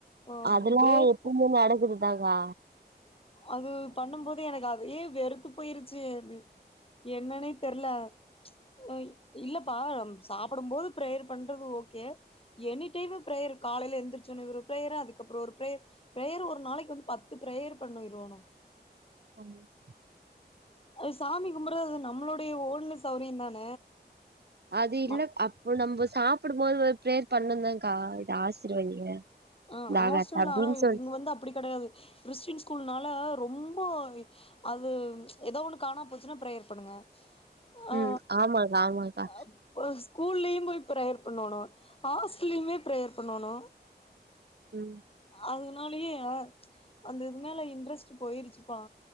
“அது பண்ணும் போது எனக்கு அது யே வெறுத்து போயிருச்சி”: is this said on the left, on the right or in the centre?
Left